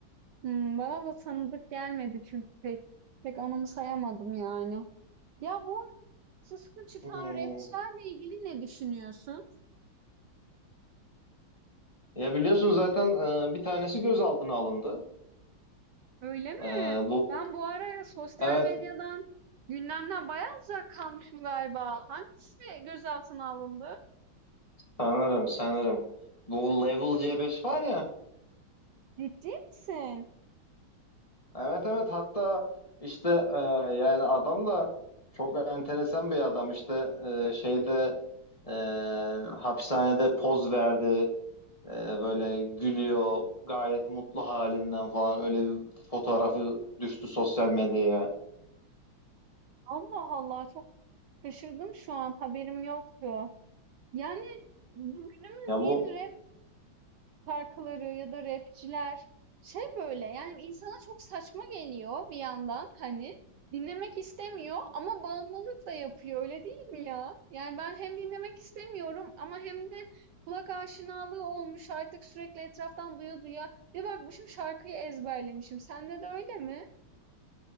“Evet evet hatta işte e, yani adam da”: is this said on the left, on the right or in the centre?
Left